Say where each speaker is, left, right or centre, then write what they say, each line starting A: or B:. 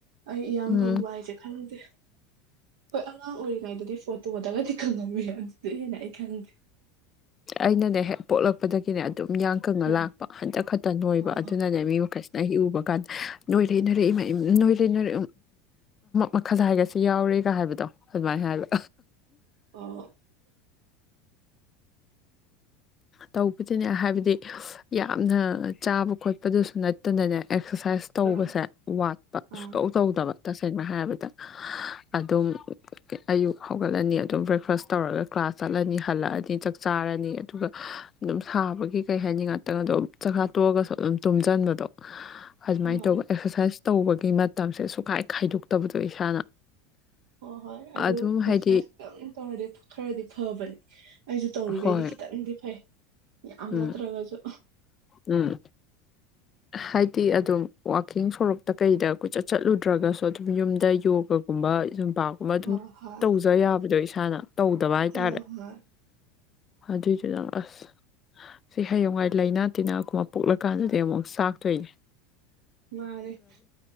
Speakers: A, on the right; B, on the left.
A: ꯑꯩ ꯏꯌꯥꯡ
B: ꯎꯝ
A: ꯈꯪꯕ ꯍꯥꯏꯁꯦ ꯈꯪꯗꯦ
B: <unintelligible>
A: ꯍꯣꯏ ꯑꯉꯥꯡ ꯑꯣꯏꯔꯤꯉꯩꯗꯨꯗꯤ ꯐꯣꯇꯣꯗꯒꯗꯤ ꯈꯪꯉꯝꯃꯦ ꯑꯗꯨꯗꯤ ꯍꯦꯟꯅ ꯑꯩ ꯈꯪꯗꯦ
B: ꯑꯩꯅꯅꯦ ꯍꯦꯛ ꯄꯣꯛꯂꯛꯄꯗꯒꯤꯅꯦ ꯑꯗꯨꯝ ꯌꯥꯡ ꯀꯪꯉ
A: ꯑ
B: ꯂꯥꯛꯄ ꯍꯟꯇꯛ ꯈꯛꯇ ꯅꯣꯏꯕ
A: ꯑꯣ
B: ꯑꯗꯨꯅꯅꯦ ꯃꯤ ꯃꯈꯩꯁꯦ ꯑꯩ ꯎꯕ ꯀꯥꯟꯗ ꯅꯣꯏ ꯂꯩꯅꯔꯦ ꯅꯣꯏ ꯂꯩꯅꯔꯦ ꯃꯈꯜ ꯍꯥꯏꯒꯁꯤ ꯌꯥꯎꯔꯦ ꯀꯩ ꯀꯥ ꯍꯥꯏꯕꯗꯣ ꯑꯗꯨꯃꯥꯏꯅ ꯍꯥꯏꯕ
A: ꯑ
B: ꯇꯧꯕꯗꯤꯅꯦ ꯍꯥꯏꯕꯗꯤ ꯌꯥꯝꯅ ꯆꯥꯕ ꯈꯣꯠꯄꯗꯨꯁꯨ ꯅꯠꯇꯅꯅꯦ ꯑꯦꯛꯁꯔꯁꯥꯏꯁ ꯇꯧꯕꯁꯦ
A: ꯑ ꯑ
B: ꯋꯥꯠꯄ
A: ꯑ
B: ꯁꯨꯇꯧ ꯇꯧꯗꯕ ꯀꯒꯤꯅꯣ ꯍꯥꯏꯔꯕꯗ ꯑꯗꯨꯝ ꯑꯌꯨꯛ ꯍꯧꯒꯠꯂꯅꯤ ꯑꯗꯨꯝ ꯕ꯭ꯔꯦꯛꯐꯥꯁ ꯇꯧꯔꯒ ꯀ꯭ꯂꯥꯁ ꯆꯠꯂꯅꯤ ꯍꯜꯂꯛꯑꯅꯤ ꯆꯥꯛ ꯆꯥꯔꯅꯤ ꯑꯗꯨꯒ ꯑꯗꯨꯝ ꯁꯥꯕꯒꯤ ꯀꯩ ꯍꯥꯏꯅꯤ ꯉꯥꯛꯇꯪꯗꯣ ꯆꯈꯥ ꯇꯣꯛꯑꯒꯁꯨ ꯑꯗꯨꯝ ꯇꯨꯝꯁꯤꯟꯕꯗꯣ ꯑꯗꯨꯃꯥꯏꯅ
A: ꯍꯣꯏ
B: ꯇꯧꯕ ꯑꯦꯛꯁꯔꯁꯥꯏꯁ ꯇꯧꯕꯒꯤ ꯃꯇꯝꯁꯦ ꯁꯨꯈꯥꯏ ꯈꯥꯏꯗꯣꯛꯇꯕꯗꯣ ꯏꯁꯥꯅ
A: ꯍꯣꯏ ꯍꯣꯏ ꯑꯗꯨ
B: ꯑꯗꯨꯝ
A: ꯄꯩꯁ
B: ꯍꯥꯏꯗꯤ
A: ꯈꯤꯇꯪ ꯇꯧꯔꯗꯤ ꯈꯔꯗꯤ ꯐꯕꯅꯦ ꯑꯩꯁꯨ ꯇꯧꯔꯤꯈꯩꯗꯤ
B: ꯍꯣꯏ
A: ꯈꯤꯇꯪꯗꯤ ꯐꯩ ꯌꯥꯝ
B: ꯎꯝ
A: ꯅꯠꯇ꯭ꯔꯒꯁꯨ
B: ꯎꯝ ꯍꯥꯏꯗꯤ ꯑꯗꯨꯝ ꯋꯥꯋꯥꯛꯀꯤꯡ ꯁꯣꯔꯣꯛꯇ ꯀꯩꯗ ꯀꯨꯆꯠ ꯆꯠꯂꯨꯗ꯭ꯔꯒꯁꯨ ꯑꯗꯨꯝ ꯌꯨꯝꯗ ꯌꯣꯒꯒꯨꯝ ꯑꯕꯥꯏ ꯄꯀꯨꯝꯕ ꯑꯗꯨꯝ
A: ꯍꯣꯏ ꯍꯣꯏ
B: ꯇꯧꯖ ꯌꯥꯕꯗꯣ ꯏꯁꯥꯅ ꯇꯧꯗꯕ ꯍꯥꯏꯇꯥꯔꯦ
A: ꯍꯣꯏ ꯍꯣꯏ
B: ꯑꯗꯨꯏꯗꯨꯅꯪ ꯑꯁ ꯁꯤ ꯍꯌꯦꯡꯋꯥꯥꯏ ꯂꯥꯏꯅꯥ ꯇꯤꯟꯅꯥꯒꯨꯝꯕ ꯄꯣꯛꯂꯀꯥꯟꯗꯗꯤ ꯑꯃꯨꯛ ꯆꯥꯛꯊꯣꯛꯏ
A: ꯃꯥꯅꯦꯦ